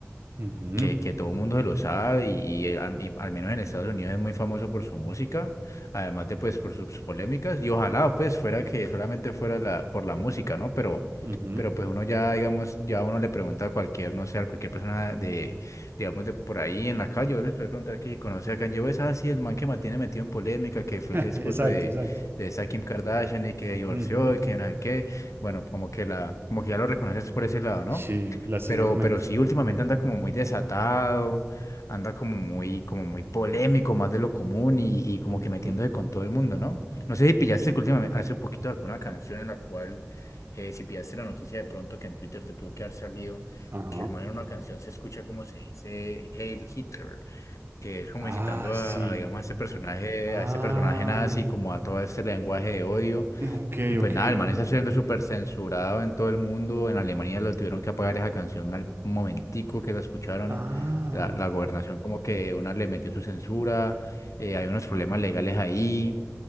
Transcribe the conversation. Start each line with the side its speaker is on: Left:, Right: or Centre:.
Right: Ujú,
Left: que, que todo el mundo se lo sabe y, y al y al menos en Estados Unidos es muy famoso por su música, además de pues por sus polémicas y ojalá pues fuera que solamente fuera la, por la música, ¿no? Pero,
Right: ujú.
Left: pero pues uno ya, digamos, ya uno le pregunta a cualquier, no sé, a cualquier persona de, digamos, de por ahí en la calle, yo les puedo preguntar que si conoce a Kanye West, ah, sí, el man que mantiene metido en polémica, que fue
Right: <laughs>
Left: el esposo
Right: Exacto,
Left: de,
Right: exacto.
Left: de esa Kim Kardashian y que divorció
Right: Ujú.
Left: y que no sé qué, bueno, como que la, como que ya lo reconoces por ese lado, ¿no?
Right: Sí, lastimosamente.
Left: Pero, pero sí, últimamente anda como muy desatado, anda como muy, como muy polémico, más de lo común y, y como
Right: Ujú.
Left: que metiéndose con todo el mundo, ¿no? No sé si pillaste que últimamente, hace poquito sacó una canción en la cual, eh, si pillaste la noticia de pronto que en Twitter te tuvo que haber salido,
Right: Ajá.
Left: que el man en una canción se escucha como se dice Hail Hitler, que es como
Right: Ah,
Left: incitando a,
Right: sí.
Left: a, digamos, a ese personaje,
Right: Ah,
Left: a ese personaje nazi, como a todo este lenguaje de odio.
Right: ok,
Left: Y pues
Right: ok.
Left: nada, el man está siendo súper censurado en todo el mundo. En Alemania lo tuvieron que apagar esa canción al momentico que la escucharon.
Right: Ah,
Left: La, la gobernación como que una le metió su censura. eh, hay unos problemas legales ahí.